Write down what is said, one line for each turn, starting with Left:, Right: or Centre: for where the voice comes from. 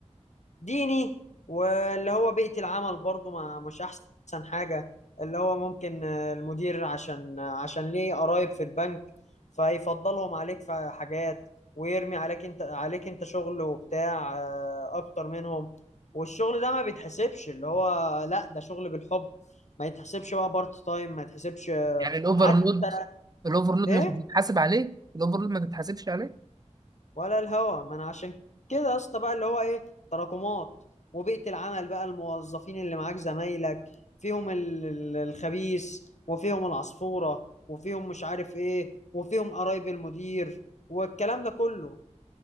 Left: ديني واللي هو بيئة العمل برضو ما مش أحسن حاجة اللي هو ممكن آه، المدير عشان آه، عشان ليه قرايب في البنك فيفضلهم عليك في حاجات ويرمي عليك انت عليك انت شغل وبتاع آه، أكتر منهم والشغل ده ما بيتحسبش اللي هو لا ده شغل بالحب ما يتحسبش بقى بارت تايم ما يتحسبش آه،
Right: يعني الاوفرلود
Left: حتى
Right: الاوفرلود
Left: ايه
Right: مش بتتحاسب عليه الاوفرلود ما تتحاسبش عليه
Left: ولا الهوا ما انا عشان كده يا اسطى بقى اللي هو ايه تراكمات وبيئة العمل بقى الموظفين اللي معاك زمايلك فيهم ال- ال- الخبيث وفيهم العصفورة وفيهم مش عارف ايه وفيهم قرايب المدير والكلام ده كله